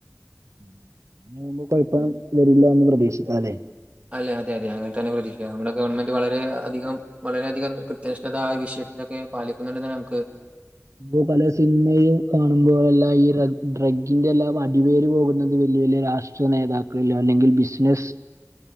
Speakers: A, on the right; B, on the right.
A: <inaudible> മുമ്പ് കൊഴപ്പം വരില്ലന്ന് പ്രതീക്ഷിക്കാലേ
B: അല്ലെ അതെ അതെ അങ്ങനെ തന്നെ പ്രതി നമ്മുടെ ഗവൺമെന്റ് വളരെ അധികം. വളരെയധികം കൃത്യനിഷ്ഠത ആ വിഷയത്തിലൊക്കെ പാലിക്കുന്നുണ്ടെന്ന് നമ്മുക്ക്
A: <unintelligible> സിനിമയും കാണുമ്പോഴെല്ലാം ഈ ഡ്രഗ്ഗിൻ്റെ എല്ലാം അടിവേര് പോകുന്നത് വലിയ വലിയ രാഷ്ട്രീയ നേതാക്ക് <unintelligible> അല്ലെങ്കിൽ ബിസിനസ്.
B: <inaudible>